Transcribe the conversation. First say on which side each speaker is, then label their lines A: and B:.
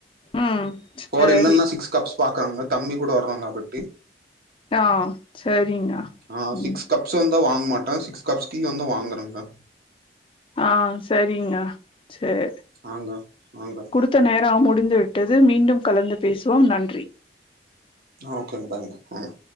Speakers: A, on the left; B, on the right.
A: ம் சரி
B: போர் இல்லன்னா சிக்ஸ் கப்ஸ் பாக்கறங்க கம்மி கூட வர்றாங்க அப்டி இப்டி
A: ஆ சரிங்க
B: ஆ
A: ம்
B: சிக்ஸ் கப்ஸ் வந்தா வாங்க மாட்டே சிக்ஸ் கப் டீ வந்தா வாங்கறேங்க
A: ஆ சரிங்க சேர்
B: ஆங்க ஆங்க
A: குடுத்த நேரம் முடிந்து விட்டது மீண்டும் கலந்து பேசுவோம் நன்றி
B: ஆ ஓகேங்க பாய்ங்க ம்